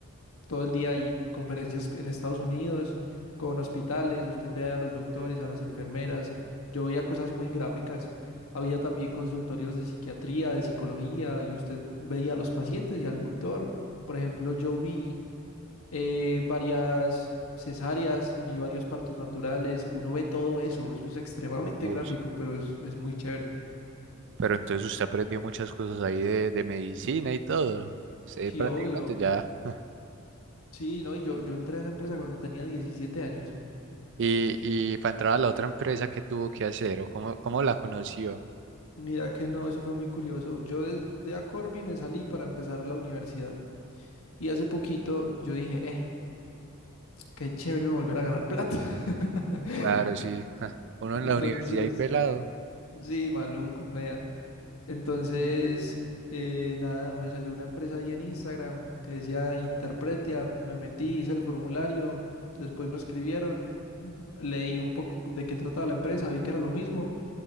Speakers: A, on the left (about 75°); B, on the right (about 60°).
A: todo el día ahí, conferencias en Estados Unidos, con hospitales, usted ve a los doctores, a las enfermeras, yo veía cosas muy gráficas, había también consultorios de psiquiatría, de psicología, y usted veía a los pacientes y al doctor. Por ejemplo, yo vi eh, varias cesáreas, vi varios partos naturales, uno ve todo eso, eso es extremadamente
B: Ush.
A: gráfico, pero es, es muy chévere.
B: Pero entonces usted aprendió muchas cosas ahí de, de medicina y todo. Usted
A: Sí,
B: prácticamente
A: obvio.
B: ya. <laughs>
A: Sí, no, y yo, yo entré a esa empresa cuando tenía 17 años.
B: Y, y para entrar a la otra empresa, ¿qué tuvo que hacer o cómo, cómo la conoció?
A: Mira que no, eso fue muy curioso. Yo de, de Acorbi me salí para empezar la universidad. Y hace poquito yo dije, eh, qué chévere uno volver a ganar plata. <laughs>
B: Claro, sí. ja, Uno
A: Entonces,
B: en la universidad y pelado,
A: sí, maluco, nea. Entonces, eh, nada, me salió una empresa ahí en Instagram que decía Interpretia. Me metí, hice el formulario. Después me escribieron, leí un poco de qué trataba la empresa, vi que era lo mismo.